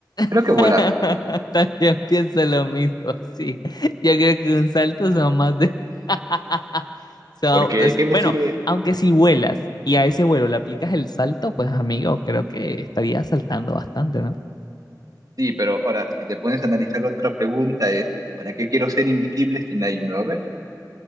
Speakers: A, on the right (about 55°); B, on the left (about 65°).
A: Creo
B: <laughs>
A: que volar,
B: También pienso lo mismo, sí. Yo creo que un salto son más de... <laughs> son-
A: porque
B: es-
A: ¿de qué me
B: bueno,
A: sirve?
B: aunque si vuelas y a ese vuelo le aplicas el salto, pues amigo, creo que estarías saltando bastante, ¿no?
A: Sí, pero ahora, si te pones a analizar la otra pregunta es, ¿para qué quiero ser invisible si nadie me va a ver?